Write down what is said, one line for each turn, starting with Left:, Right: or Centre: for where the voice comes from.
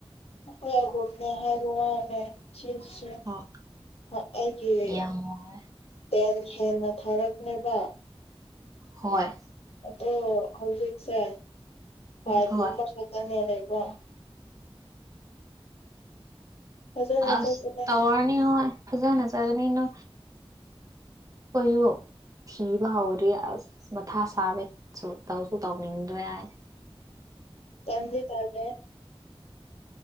Left: <unintelligible> ꯁꯤ ꯁ
Right: ꯑꯣ
Left: ꯑ ꯑꯩꯒꯤ
Right: ꯌꯥꯝ ꯋꯥꯔꯦ
Left: ꯇꯦꯜ ꯍꯦꯟꯅ ꯊꯥꯔꯛꯅꯦꯅꯕ
Right: ꯍꯣꯏ
Left: ꯑꯗꯣ ꯍꯧꯖꯤꯛꯁꯦ ꯐꯥꯏꯜ
Right: ꯍꯣꯏ
Left: ꯒꯨꯝꯕ ꯁꯨꯗꯅꯦ ꯂꯩꯕ ꯐꯖꯅ
Right: ꯑꯁ
Left: ꯆꯠꯄꯅꯦ
Right: ꯇꯥꯑꯣꯔ ꯍꯤꯉꯣꯏ ꯐꯖꯅ ꯖꯥꯒꯅꯤꯅꯣ ꯈꯣꯏꯁꯨ ꯊꯤꯕ ꯍꯧꯔꯦ ꯑꯁ ꯃꯊꯥ ꯁꯥꯔꯦ ꯁ ꯇꯧꯁꯨ ꯇꯧꯅꯤꯡꯗ꯭ꯔꯦ ꯍꯥꯏ <inaudible>
Left: ꯇꯟꯗꯤ ꯇꯜꯂꯦ꯫